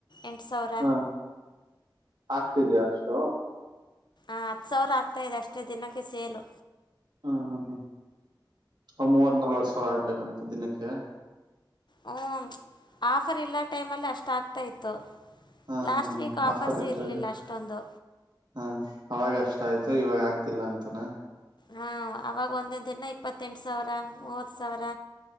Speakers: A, on the left; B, on the right.
A: ಎಂಟು ಸಾವಿರ
B: ಹಾ ಆಗ್ತಿದ್ಯಾ ಅಷ್ಟು
A: ಆ ಹತ್ತು ಸಾವಿರ ಆಗ್ತಾದೆ ಅಷ್ಟೇ ದಿನಕ್ಕೆ ಸೇಲು
B: ಹ್ಮ್ ಹ್ಮ್ ಹ್ಮ್ ಮೂವತ್ ನಲ್ವತ್ ಸಾವಿರ ಆಗ್ಬೇಕಂತ ದಿನಕ್ಕೆ
A: ಹ್ಮ ಆಫರ್ ಇಲ್ಲ ಟೈಮಲ್ಲಿ ಅಷ್ಟ ಆಗ್ತಾ ಇತ್ತು
B: ಹಾ
A: ಲಾಸ್ಟ್
B: ಹಾ ಹಾ
A: ವೀಕ್ ಆಫರ್ಸ್
B: ಆಫರ್ ಇದ್ದಾಗ
A: ಇರ್ಲಿಲ್ಲ ಅಷ್ಟೊಂದು
B: ಹಾ ಅವಾಗಷ್ಟ ಆಯ್ತು ಇವಾಗ ಆಗ್ತಿಲ್ಲ ಅಂತನ
A: ಹಾ ಅವಾಗ ಒಂದೇ ದಿನ ಇಪ್ಪತ್ತೆಂಟು ಸಾವಿರ ಮೂವತ್ತು ಸಾವಿರ